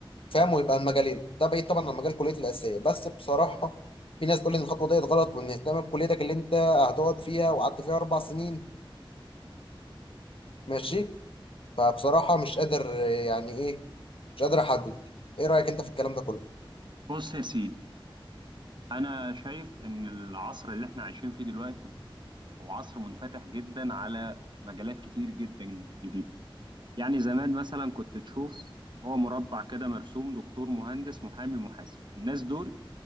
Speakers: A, on the left (about 75°); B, on the right (about 55°).
A: فاهم ويبقى المجالين ده بعيد طبعا عن مجال كليتي الاساسيه بس بصراحه في ناس تقول لي ان الخطوه ديت غلط وان اهتم بكليتك اللي انت هتقعد فيها وقعدت فيها اربع سنين ماشي فبصراحه مش قادر يعني ايه مش قادر احدد ايه رايك انت في الكلام ده كله
B: بص يا سيدي أنا شايف إن العصر اللي إحنا عايشين فيه دلوقتي هو عصر منفتح جدا على مجالات كتير جدا جديدة يعني زمان مثلا كنت تشوف هو مربع كده مرسوم دكتور مهندس محامي محاسب الناس دول